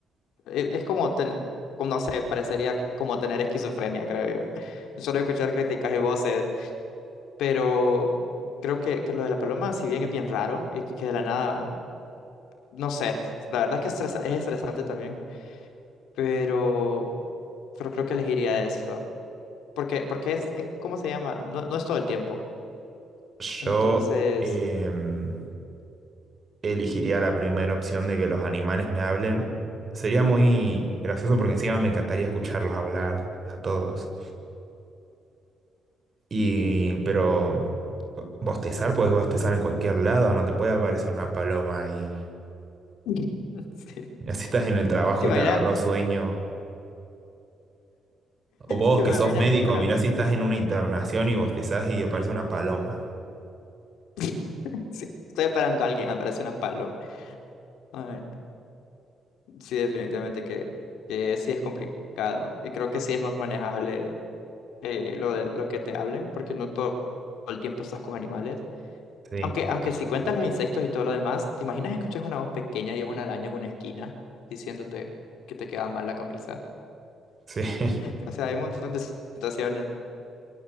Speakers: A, on the left; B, on the right.
A: e- Es como, ten- como, no sé, parecería como tener esquizofrenia, creo yo. Solo escuchar críticas y voces, pero creo que, que lo de la paloma, si bien es bien raro y que de la nada, no sé, la verdad es que estresa- es estresante también, pero, pero creo que elegiría eso. Porque, porque es, es- ¿cómo se llama? No, no es todo el tiempo.
B: Yo
A: Entonces,
B: em, elegiría la primera opción de que los animales me hablen. Sería muy gracioso porque encima me encantaría escucharlos hablar a todos. Y, pero bostezar, puedes bostezar en cualquier lado, no te puede aparecer una paloma ahí.
A: <laughs> sí.
B: Mirá si estás en el trabajo
A: ¿Te
B: y
A: imaginas?
B: te agarró sueño. O vos
A: ¿Te imaginas?
B: que sos médico,
A: Bueno,
B: mirá si estás en una internación y bostezás y aparece una paloma.
A: <laughs> sí, estoy esperando a alguien, aparece una paloma. Ay, sí, definitivamente que, que sí es complicado. Y creo que sí es más manejable eh, lo de lo que te hablen, porque no todo, todo el tiempo estás con animales.
B: Sí,
A: Aunque, aunque si cuentas los insectos y todo lo demás, ¿te imaginas que escuchas una voz pequeña y es una araña en una esquina diciéndote que te queda mal la camisa?
B: sí. <laughs>
A: <laughs> O sea, hay un montón de situaciones.